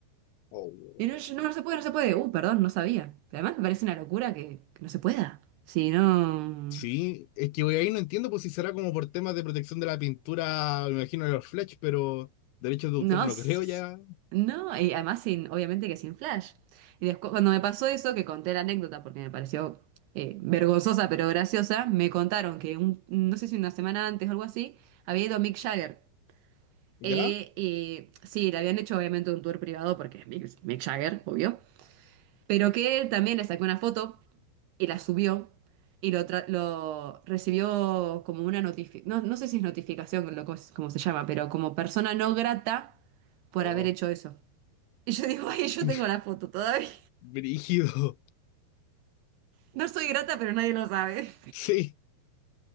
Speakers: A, on the left (about 85°); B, on the right (about 75°).
A: Oh.
B: Y no, yo- no, no se puede, no se puede. Uh, perdón, no sabía. Pero además me parece una locura que, que no se pueda. Si no.
A: Sí, es que güey, ahí no entiendo pues si será como por temas de protección de la pintura, me imagino de los Fletch, pero derechos de
B: No,
A: autor no
B: s-
A: creo ya.
B: no, y además sin, obviamente que sin flash. Y después, cuando me pasó eso, que conté la anécdota porque me pareció eh, vergonzosa pero graciosa, me contaron que un- no sé si una semana antes o algo así, había ido a Mick Jagger.
A: ¿Ya?
B: Eh, eh, sí, le habían hecho obviamente un tour privado porque es Mick, Mick Jagger, obvio. Pero que él también le sacó una foto y la subió y lo, tra- lo recibió como una notificación, no, no sé si es notificación, lo, co- como se llama, pero como persona no grata por
A: Oh.
B: haber hecho eso. Y yo digo, ay, yo
A: <laughs>
B: tengo la foto todavía.
A: Brígido.
B: No soy grata, pero nadie lo sabe.
A: Sí.